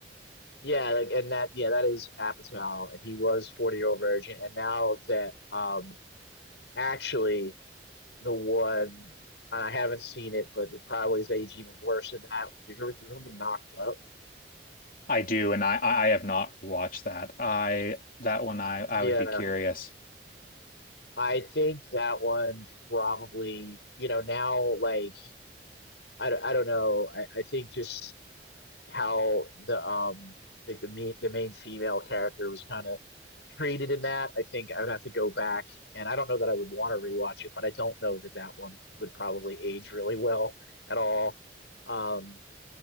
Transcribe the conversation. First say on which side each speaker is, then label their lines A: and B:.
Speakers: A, on the left (about 85°); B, on the left (about 50°).
A: yeah. Like, and that, yeah, that is Apatow, and he was 40 Year Old Virgin, and now that, um, actually, the one and I haven't seen it, but it probably is aged even worse than that. Do you remember, do you remember Knocked Up?
B: I do, and I I have not watched that. I that one I I
A: Yeah,
B: would be curious.
A: I think that one probably, you know, now like I don't, I don't know. I, I think just how the um like the main the main female character was kind of treated in that. I think I would have to go back, and I don't know that I would want to rewatch it, but I don't know that that one would probably age really well at all. Um,